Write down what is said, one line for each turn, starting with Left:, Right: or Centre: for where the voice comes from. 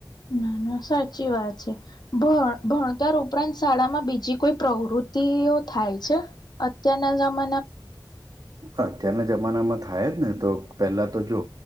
Left: ના, ના, સાચી વાત છે, ભ ભણતર ઉપરાંત શાળામાં બીજી કોઈ પ્રવૃતિ થાય છે, અત્યારના જમાના
Right: અત્યારના જમાનામાં થાય જ ને, તો પેલા તો જો